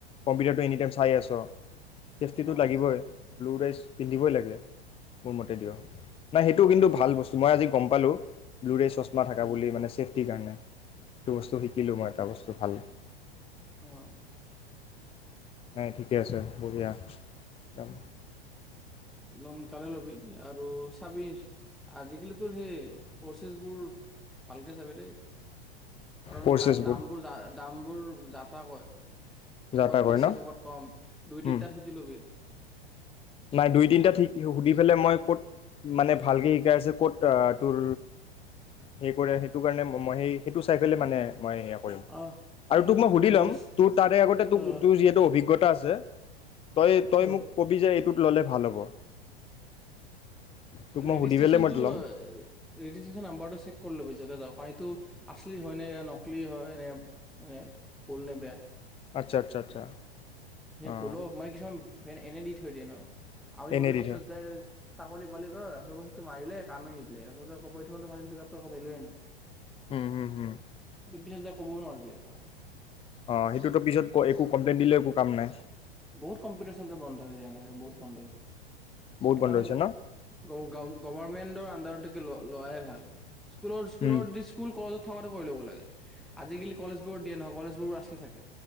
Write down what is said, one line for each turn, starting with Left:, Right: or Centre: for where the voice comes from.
Left: কম্পিউটাৰটো এনিটাইম চাই আছ চেফটি টো
Centre: অ',
Left: লাগিবই। ব্লু ৰাইচ পিন্ধিবই লাগে, মোৰ মতে দিয়, নাই সেইটো কিন্তু ভাল ভাল বস্তু, মই আজি গম পালোঁ। লুৰেছ চচমা থাকা
Centre: উম,
Left: বুলি মানে চেফ সিকাৰণে সেইটো বস্তু শি শিকিলোঁ মই, এটা বস্তু ভাল
Centre: অ'।
Left: নাই ঠিকে আছে, বঢ়িয়া একদম।
Centre: লোন পালে ল'বি আৰু চাবি আজিকালি তোৰ সেই কৰ্চেছবোৰ ভালকে চাবি দেই। কাৰণ
Left: কৰ্চেছবোৰ
Centre: দা, দামবোৰ, জা, দাম বোৰ যা-তা কয়।
Left: যা
Centre: ক'বাত
Left: তা কৰে
Centre: বেছি,
Left: ন
Centre: ক'বাত কম, দুই-তিনিটাত
Left: উম,
Centre: সুধি লবি।
Left: নাই দুই তিনিটা ঠিক সুধি পেলাই মই ক'ত মানে ভালকে শিকাই আছে, ক'ত তোৰ হে কৰে সেইটো কাৰণে মই সেই, সেইটো চাই ফেলে মানে মই সেয়া কৰিম
Centre: অ',
Left: আৰু তোক মই সুধি
Centre: ৰেডিচ
Left: ল'ম তোৰ তাৰে আগতে তোক
Centre: অ',
Left: তোৰ যিহেতু অভিজ্ঞ গোটা আছে। তই, তই
Centre: অ'।
Left: মোক কবি যে টোত ল'লে ভাল হ'ব তোক
Centre: ৰেডিষ্ট্ৰেশচনটো,
Left: মই সুধি পেলাই মই ল'ম
Centre: ৰেডিষ্ট্ৰেশচন নম্বাৰটো চেক কৰি ল'বি, যাতে যাওঁক পানীটো আচলি হয় নে য়া নকলি হয় নে মানে ভুল নে বেয়া
Left: আচ্ছা, আচ্ছা, আচ্ছা।
Centre: সেই
Left: অঁ
Centre: ভুলো মানে কিছুমান ফ্ৰেণ্ড এনে দি থৈ দিয়ে ন আমি
Left: এনেই
Centre: বোলে
Left: দি
Centre: পিছত
Left: থয়
Centre: যায় চাকৰি পালি তই আকৌ সেইটো মাৰিলে কামে নিদিলে <unintelligible> একো ভেলু এ নাই।
Left: হুম, হুম, হুম।
Centre: কিন্তু পিছত যাই ক'বও নোৱাৰিবি আকৌ।
Left: অ' সেইটোতো পিছত-ক- একো কমপ্লেইন দিলে একো কাম নাই।
Centre: বহুত কম্পিউটাৰ চেণ্টাৰ বন্ধ হৈ যায় এনেকে বহুত বন্ধ হৈছে তো। সেইকাৰণে-গ-
Left: বহুত বন্ধ হৈছে ন
Centre: গভাৰৰ্মেণ্টৰ আন্দাৰতে লো-লোৱাই ভাল। স্কুলৰ স্কুলৰ
Left: উম
Centre: দি স্কুল কল থকাটো কৰি ল'ব লাগে। আজিকালি কলেজবোৰত দিয়ে নহয়, কলেজবোৰো আছলি থাকে।